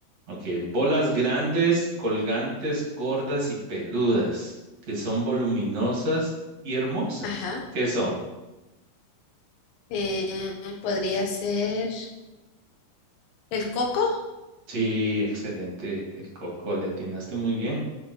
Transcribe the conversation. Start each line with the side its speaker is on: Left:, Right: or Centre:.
Right: Ok, bolas grandes, colgantes, gordas y peludas, que son voluminosas y hermosas.
Left: Ajá.
Right: ¿Qué son?
Left: Eh, podría ser el coco,
Right: Sí, excelente, el coco, le atinaste muy bien.